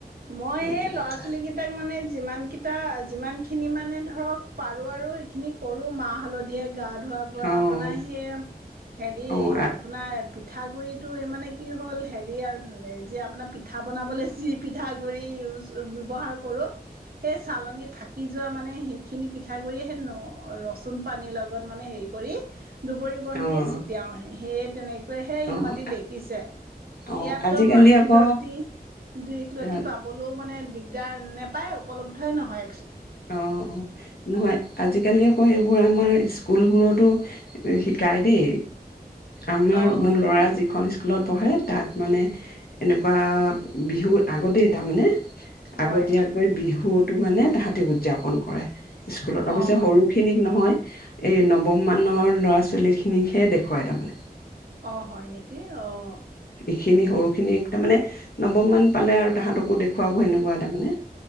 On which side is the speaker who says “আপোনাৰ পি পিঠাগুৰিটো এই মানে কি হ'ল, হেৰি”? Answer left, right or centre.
Right